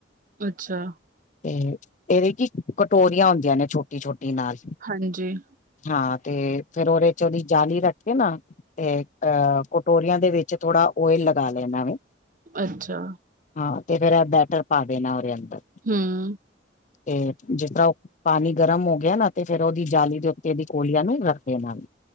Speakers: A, on the right; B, on the left.
A: ਅੱਛਾ।
B: ਤੇ ਏਦੇ ਕੀ ਕਟੋਰੀਆਂ ਹੁੰਦੀਆਂ ਨੇ ਛੋਟੀ-ਛੋਟੀ ਨਾਲ।
A: ਹਾਂਜੀ
B: ਹਾਂ ਤੇ ਫੇਰ ਔਦੇ ਚ ਔਦੀ ਜਾਲੀ ਰੱਖ ਕੇ ਨਾ ਤੇ ਅਹ ਕਟੋਰੀਆਂ ਦੇ ਵਿੱਚ ਥੋੜਾ ਓਇਲ ਲਗਾ ਲੈਨਾ ਵੇ।
A: ਅੱਛਾ
B: ਹਾਂ ਤੇ ਫੇਰ ਐ ਬੈਟਰ ਪਾ ਦੇਨੇ ਉਦੇ ਅੰਦਰ।
A: ਹੂੰ
B: ਤੇ ਜਿਸ ਤਰ੍ਹਾਂ ਉਹ ਪਾਣੀ ਗਰਮ ਹੋ ਗਿਆ ਨਾ ਤੇ ਫੇਰ ਉਹਦੀ ਜਾਲੀ ਦੇ ਉ ਤੇ ਏਦੀ ਕੋਲੀਆ ਨੀ ਰੱਖਦੇ ਨਾਲ।